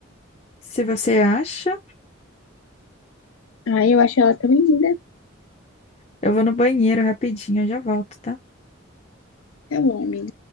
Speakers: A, on the left; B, on the left.
A: Se você acha,
B: Ah, eu acho ela tão linda.
A: eu vou no banheiro rapidinho, eu já volto, tá?
B: Tá bom, amiga.